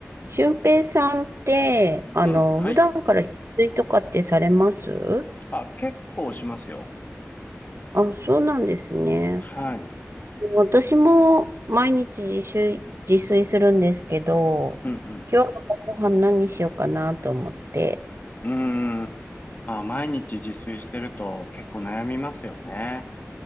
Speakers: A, on the right; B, on the left.
A: 俊平さんって、あの、
B: うん、はい。
A: 普段から自炊とかってされます
B: あ、結構しますよ。
A: あ、そうなんですね。
B: はい。
A: 私も毎日自炊、自炊するんですけど、
B: うん
A: 今日のご飯何にしようかなと思って。
B: うん。うーん。まあ、毎日自炊してると結構悩みますよね。